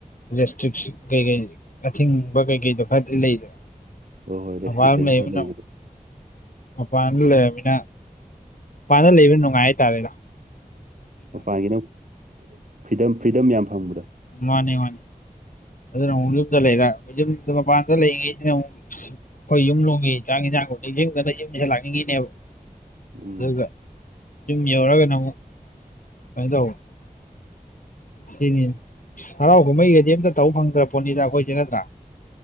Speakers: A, on the left (about 65°); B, on the right (about 60°).
A: ꯔꯦꯁꯇ꯭ꯔꯤꯛ ꯀꯩꯀꯩ ꯑꯊꯤꯡꯕ ꯀꯩꯀꯩꯗꯣ ꯈꯔꯗꯤ ꯂꯩꯗꯅ
B: ꯍꯣꯏ ꯍꯣꯏ ꯔꯦꯁꯇ꯭ꯔꯤꯛꯁꯟ
A: ꯑꯄꯥꯝ ꯂꯩꯃꯤꯅ
B: ꯈꯔ ꯂꯩꯕꯗꯣ
A: ꯑꯄꯥꯟꯗ ꯂꯩꯔꯅꯤꯅ ꯄꯥꯟꯗ ꯂꯩꯕ ꯅꯨꯡꯉꯥꯏ ꯍꯥꯏ ꯇꯥꯔꯦꯅ
B: ꯃꯄꯥꯟꯒꯤ ꯅ ꯐ꯭ꯔꯤꯗꯝ ꯐ꯭ꯔꯤꯗꯝ ꯌꯥꯝ ꯐꯪꯕꯗ
A: ꯃꯥꯅꯦ ꯃꯥꯅꯦ ꯑꯗꯨꯅ ꯑꯃꯨꯛ ꯌꯨꯝꯗ ꯂꯩꯔ ꯌꯨꯝꯗ ꯃꯄꯥꯟꯗ ꯂꯩꯪꯂꯤ ꯑꯩꯈꯣꯏ ꯌꯨꯝ ꯂꯣꯝꯒꯤ ꯆꯥꯛ ꯑꯦꯟꯁꯥꯟ ꯃꯨꯛ ꯅꯤꯡꯖꯤꯡꯗꯅ ꯌꯨꯝꯗ ꯌꯨꯝꯁꯤ ꯂꯥꯛꯅꯤꯡꯉꯤꯅꯦꯕ
B: ꯎꯝ
A: ꯑꯗꯨꯒ ꯌꯨꯝ ꯌꯧꯔꯒꯅ ꯑꯃꯨꯛ ꯀꯩ ꯇꯋ ꯁꯤꯅꯤ ꯍꯔꯥꯎ ꯀꯨꯝꯍꯩꯒꯗꯤ ꯑꯝꯇ ꯇꯧꯕ ꯐꯪꯗ꯭ꯔ ꯄꯣꯠꯅꯤꯅ ꯑꯩꯈꯣꯏꯁꯦ ꯅꯠꯇ꯭ꯔꯥ